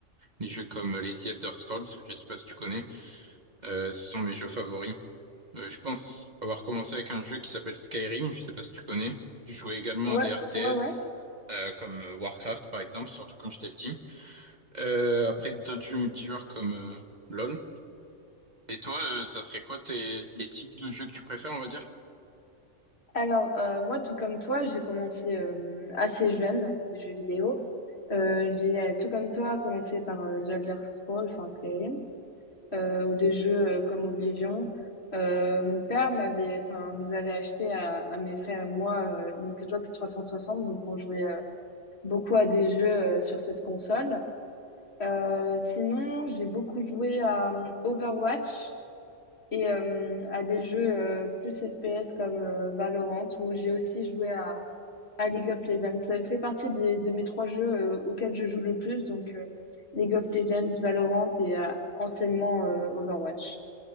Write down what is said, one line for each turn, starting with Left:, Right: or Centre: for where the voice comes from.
Right: les jeux comme les The Elder Scrolls. Je sais pas si tu connais. Euh, ce sont mes jeux favoris. Euh, je pense avoir commencé avec un jeu qui s'appelle Skyrim, je sais pas si tu connais. Je jouais également
Left: Ouais,
Right: à des RTS
Left: ouais, ouais.
Right: euh, comme euh, Warcraft par exemple, surtout quand j'étais petit. Euh, après d'autres jeux multijoueurs comme euh, LoL. Et toi, euh, ça serait quoi tes, les types de jeux que tu préfères, on va dire?
Left: Alors, euh, moi, tout comme toi, j'ai commencé euh, assez jeune les jeux vidéo. Euh, j'ai, euh, tout comme toi, commencé par euh, The Elder Scrolls, enfin Skyrim. euh, ou des jeux euh, comme Oblivion. Euh, mon père m'avait, enfin, nous avait acheté à, à mes frères et moi euh, une Xbox trois cent soixante, donc on jouait euh, beaucoup à des jeux euh, sur cette console. Euh, sinon, j'ai beaucoup joué à euh, Overwatch et euh, à des jeux euh, plus FPS comme euh, Valorant, où j'ai aussi joué à, à League of Legends. Ça fait partie des, de mes trois jeux euh, auxquels je joue le plus, donc euh, League of Legends, Valorant et euh, anciennement euh, Overwatch.